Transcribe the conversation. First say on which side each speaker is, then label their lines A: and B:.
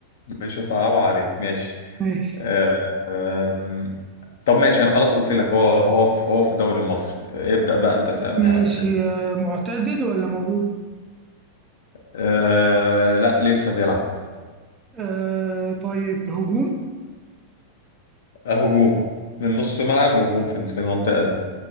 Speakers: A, on the left (about 60°); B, on the right (about 20°).
A: مش هصعبها عليك ماشي
B: ماشي
A: آه، آم، طب ماشي انا خلاص قلت لك هو هو في هو في الدوري المصري ابدأ بقى انت سألني
B: ماشي
A: على اسئله
B: آه، معتزل ولا موجود
A: أه لا لسه بيلعب
B: آه طيب هجوم
A: آه، هجوم من نص ملعب لهجوم في في المنطقة دي